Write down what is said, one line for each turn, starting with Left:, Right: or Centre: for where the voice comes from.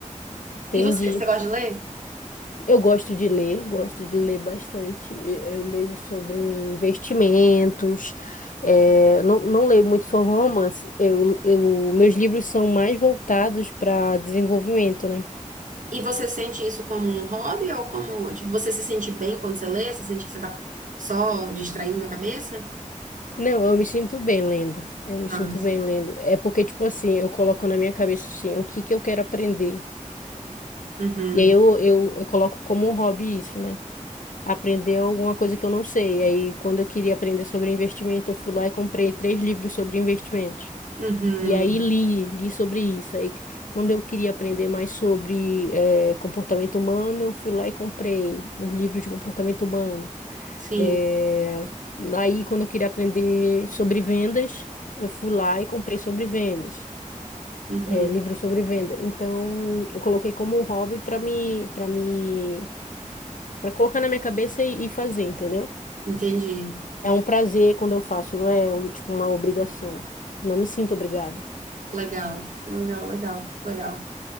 Left: Entendi.
Right: E você, você gosta de ler?
Left: Eu gosto de ler, gosto de ler bastante. E- Eu leio sobre investimentos, eh, não, não leio muito sobre romance. Eu, eu, meus livros são mais voltados para desenvolvimento, né?
Right: E você sente isso como um hobby ou como, tipo, você se sente bem quando você lê? Você sente que você tá só distraindo a cabeça?
Left: Não, eu me sinto bem lendo. Eu me
Right: Massa.
Left: sinto bem lendo. É porque, tipo assim, eu coloco na minha cabeça assim, o que que eu quero aprender.
Right: Uhum,
Left: E aí eu, eu, eu coloco como um hobby isso, né? Aprender alguma coisa que eu não sei. E aí, quando eu queria aprender sobre investimento, eu fui lá e comprei três livros sobre investimentos.
Right: uhum,
Left: E aí li, li sobre isso. Aí, quando eu queria aprender mais sobre eh, comportamento humano, eu fui lá e comprei os livros de comportamento humano.
Right: sim,
Left: Eh, aí, quando eu queria aprender sobre vendas, eu fui lá e comprei sobre vendas,
Right: uhum,
Left: eh, livro sobre venda. Então, eu coloquei como um hobby para me, para me, para colocar na minha cabeça e, e fazer, entendeu?
Right: entendi.
Left: É um prazer quando eu faço, não é um, tipo uma obrigação. Não me sinto obrigada.
Right: Legal, legal, legal, legal.